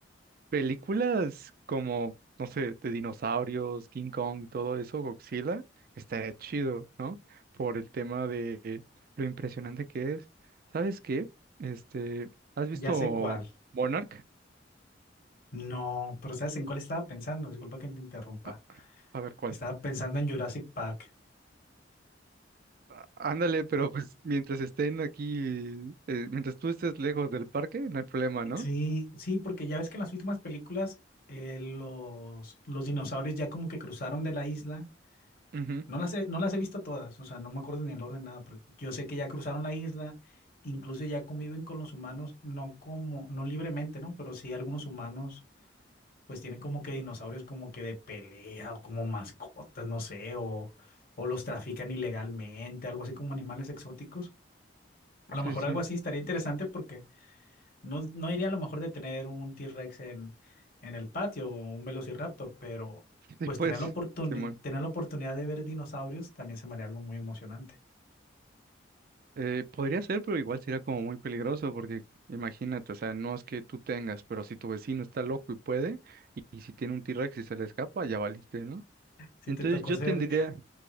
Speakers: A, on the right; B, on the left.
A: Películas como, no sé, de dinosaurios, King Kong y todo eso, Godzilla, estaría chido, ¿no? Por el tema de lo impresionante que es. ¿Sabes qué? Este, ¿has visto
B: ya sé cuál.
A: Monarch?
B: No, pero ¿sabes en cuál estaba pensando? Disculpa que te interrumpa.
A: A, a ver cuál.
B: Estaba pensando en Jurassic Park.
A: Á- Ándale, pero pues mientras estén aquí, eh, mientras tú estés lejos del parque, no hay problema, ¿no?
B: Sí, sí, porque ya ves que en las últimas películas eh, los, los dinosaurios ya como que cruzaron de la isla.
A: Ujú,
B: No las he, no las he visto todas, o sea, no me acuerdo ni el orden, nada, pero yo sé que ya cruzaron la isla, incluso ya conviven con los humanos, no como, no libremente, ¿no? Pero sí algunos humanos pues tienen como que dinosaurios como que de pelea o como mascotas, no sé, o, o los trafican ilegalmente, algo así como animales exóticos. A lo
A: Sí,
B: mejor
A: sí.
B: algo así estaría interesante porque no, no iría a lo mejor de tener un T-Rex en, en el patio o un Velociraptor, pero
A: Y
B: pues
A: pues,
B: tener la oportuni-
A: Simón.
B: tener la oportunidad de ver dinosaurios también se me haría algo muy emocionante.
A: Eh, podría ser, pero igual sería como muy peligroso, porque imagínate, o sea, no es que tú tengas, pero si tu vecino está loco y puede, y, y si tiene un T-Rex y se le escapa, ya valiste, ¿no?
B: Si
A: Entonces
B: te tocó
A: yo
B: ser,
A: tendría,